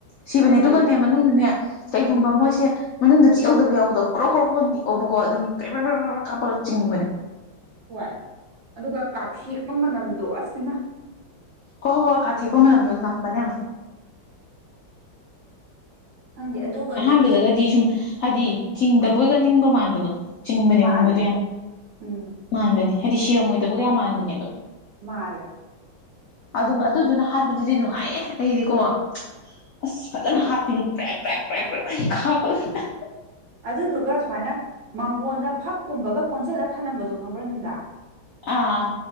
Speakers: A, on the left; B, on the right.
A: ꯁꯤꯕꯅꯦ
B: ꯑꯗꯨꯗꯨ
A: ꯑꯗꯨꯒꯅꯦ ꯃꯅꯨꯡꯗꯅꯦ ꯀꯩꯒꯨꯝꯕ
B: ꯎꯝ
A: ꯃꯣꯏꯁꯦ ꯃꯅꯨꯡꯗ ꯆꯤꯛ ꯍꯧꯗꯕ ꯌꯥꯎꯕꯗꯣ ꯀ꯭ꯔꯣꯛ ꯀ꯭ꯔꯣꯛ ꯅꯤꯛꯑꯣꯕꯀꯣ ꯑꯗꯨꯝ ꯄꯦꯛ ꯄꯦꯛ ꯀꯥꯞꯄꯒ ꯆꯤꯡꯕꯅꯦ
B: ꯍꯣꯏ ꯑꯗꯨꯒ ꯀꯥꯊꯦꯛꯄ ꯃꯅꯝꯗꯣ ꯑꯁ ꯏꯃꯥ
A: ꯍꯣ ꯍꯣ ꯀꯥꯊꯦꯛꯄ ꯃꯅꯝꯗꯣ ꯅꯝꯕꯅꯦ ꯌꯥꯝ
B: ꯈꯪꯗꯦ ꯑꯗꯨꯒꯗꯣ
A: ꯑꯍꯥꯟꯕꯗꯒꯗꯤ
B: ꯑꯁ
A: ꯁꯨꯝ ꯍꯥꯏꯗꯤ ꯆꯤꯡꯗꯕꯣꯏꯒ ꯅꯤꯡꯕ ꯃꯥꯟꯕꯗꯣ ꯆꯤꯡꯕꯅꯦꯕ
B: ꯃꯥꯜꯂꯦ
A: ꯃꯣꯏꯗꯣ ꯌꯥꯝ
B: ꯎꯝ
A: ꯃꯥꯟꯕꯅꯦ ꯍꯥꯏꯗꯤ ꯁꯤꯔꯝꯃꯣꯏꯗꯕꯒ ꯌꯥꯝ ꯃꯥꯟꯕꯅꯦꯕ
B: ꯃꯥꯜꯂꯦ
A: ꯑꯗꯨꯝ ꯑꯗꯨꯗꯨꯅ ꯍꯥꯠꯄꯗꯨꯗꯤ ꯅꯨꯡꯉꯥꯏꯌꯦ ꯑꯩꯗꯤꯀꯣ ꯑꯁ ꯐꯖꯅ ꯍꯥꯞꯄꯤꯅꯤ ꯄ꯭ꯔꯦꯛ ꯄ꯭ꯔꯦꯛ ꯄ꯭ꯔꯦꯛ ꯄ꯭ꯔꯦꯛ ꯄ꯭ꯔꯦꯛ ꯀꯥꯞꯄꯒ
B: ꯑꯗꯨꯗꯨꯒ ꯁꯨꯃꯥꯏꯅ ꯃꯥꯡꯒꯣꯟꯗ ꯐꯛꯀꯨꯝꯕꯒ ꯀꯣꯟꯁꯤꯜꯂ ꯊꯥꯅꯝꯕꯗꯣ ꯈꯪꯕ꯭ꯔꯥ ꯅꯨꯡꯗꯥꯡ
A: ꯑꯥ